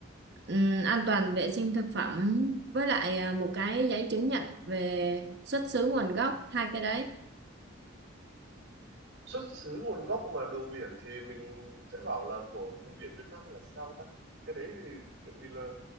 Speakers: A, on the right; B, on the right.
A: ừm, an toàn vệ sinh thực phẩm với lại ờ, một cái giấy chứng nhận về xuất xứ nguồn gốc hai cái đấy.
B: Xuất xứ nguồn gốc mà đồ biển thì mình sẽ bảo là của vùng biển Việt Nam hay là sao ta? Cái đấy thì tại vì là